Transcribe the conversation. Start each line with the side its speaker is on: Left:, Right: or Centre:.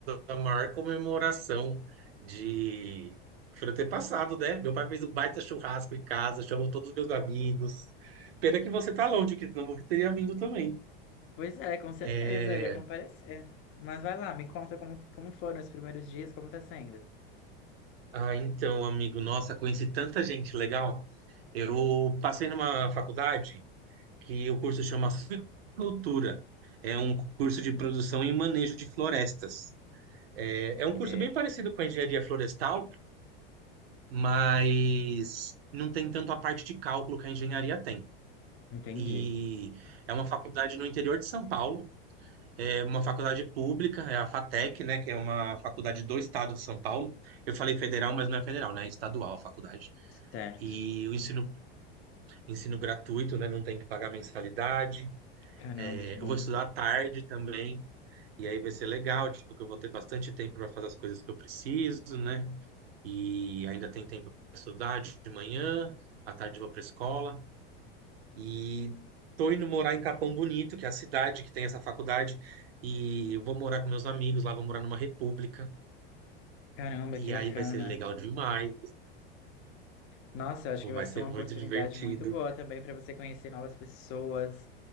Right: a maior comemoração de por eu ter passado, né? Meu pai fez um baita churrasco em casa, chamou todos os meus amigos. Pena que você tá longe, que senão você teria vindo também.
Left: Pois é, com certeza,
Right: É...
Left: eu ia comparecer. Mas vai lá, me conta como, como foram os primeiros dias, como tá sendo.
Right: Ah, então, amigo, nossa, conheci tanta gente legal. Eu passei numa faculdade que o curso chama Suicultura. É um curso de produção e manejo de florestas. É,
Left: Ok,
Right: é um curso bem parecido com a engenharia florestal, mas não tem tanto a parte de cálculo que a engenharia tem.
Left: entendi.
Right: E é uma faculdade no interior de São Paulo, é uma faculdade pública, é a FATEC, né, que é uma faculdade do estado de São Paulo. Eu falei federal, mas não é federal, né, é estadual a faculdade.
Left: Certo.
Right: E o ensino, ensino gratuito, né, não tem que pagar mensalidade.
Left: Caramba,
Right: É,
Left: que bom.
Right: eu vou estudar à tarde também. E aí vai ser legal, tipo, que eu vou ter bastante tempo para fazer as coisas que eu preciso, né? E ainda tem tempo para estudar de manhã, à tarde eu vou para escola. E tô indo morar em Capão Bonito, que é a cidade que tem essa faculdade, e eu vou morar com meus amigos lá, vou morar numa república,
Left: Caramba,
Right: e
Left: que bacana.
Right: aí vai ser legal demais,
Left: Nossa,
Right: tipo,
Left: eu acho que vai
Right: vai
Left: ser
Right: ser
Left: uma
Right: muito
Left: oportunidade
Right: divertido.
Left: muito boa também para você conhecer novas pessoas